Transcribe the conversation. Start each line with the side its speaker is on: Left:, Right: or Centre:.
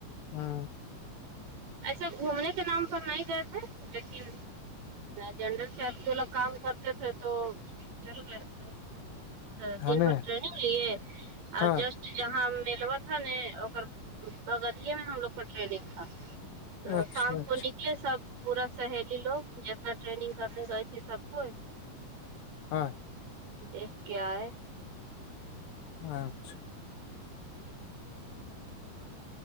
Left: ہاں
Right: ایسے گھومنے کے نام پر نہیں گئے تھے لیکن جنڈر سیلی والا کام کرتے تھے تو چل گئے تھے ا دن
Left: ہے ن
Right: بھر ٹر نہیں نہیں ہے اور
Left: ہاں
Right: جسٹ جہاں میلوا تھا ن ا بغلے میں ہم لوگ کو ٹرینگ تھا
Left: اچھا
Right: سانتوونک
Left: اچھا
Right: اسے سب پورا سہیلی لوگ جتنا ٹریننگ کرنے گئے تھے سب کو
Left: ہاں
Right: دیکھ کیا ہے
Left: اچھا
Right: <unintelligible> <inaudible>